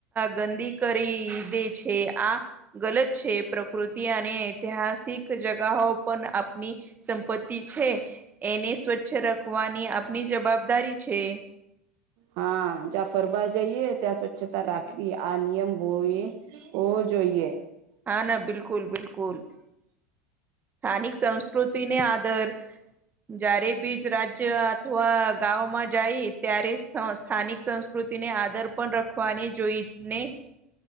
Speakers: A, on the right; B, on the right.
A: ગંદી કરી દે છે આ ગલત છે પ્રકૃતિ અને ઐતિહાસિક જગા પણ ની સંપત્તિ છે એને સ્વચ્છ રાખવાની આપની જવાબદારી છે
B: હા જ્યાં ફરવા જઈએ ત્યાં સ્વચ્છતા રાખવી આ નિયમ હોવી હો જોઈએ.
A: હા ના બિલકુલ બિલકુલ. સ્થાનિક સંસ્કૃતિને આદર જયારે બીજ રાજ્ય અથવા ગામમાં જાય ત્યારે સ્થાનિક સંસ્કૃતિને આદર પણ રાખવાની જોઈને.